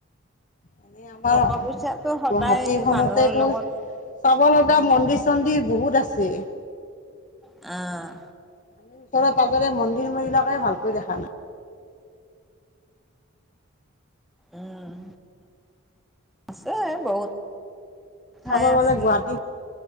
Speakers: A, on the left (about 40°); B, in the centre.
A: এনেই আমাৰ
B: টকা পইচাটো সদায়
A: গুৱাহাটীখনতেতো
B: মানুহৰ লগত
A: চাব লগা মন্দিৰ চন্দিৰ বহুত আছে
B: অ'
A: আমি ওচৰে পাঁজৰে মন্দিৰ বিলাকে ভালকৈ দেখা নাই
B: উম। আছে বহুত ঠাই
A: চাব গলে
B: আছে
A: গুৱাহাটী